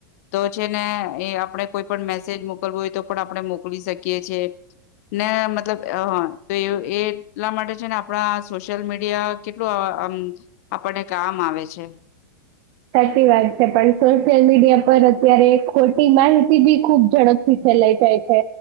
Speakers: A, on the left; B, on the right.
A: તો છે ને એ આપડે કોઈ પણ મે સેજ મોકલવું હોય તો પણ આપણે મોકલી શકીએ છીએ ને મતલબ તો એ એટલા માટે છે ને આપણા સોશિયલ મીડિયા કેટલું આમ આપણને કામ આવે છે
B: <inaudible> સાચી વાત છે પણ સોશિયલ મીડિયા પર અત્યારે ખોટી માહિતી બી ખુબ ઝડપથી ફેલાઈ જાય છે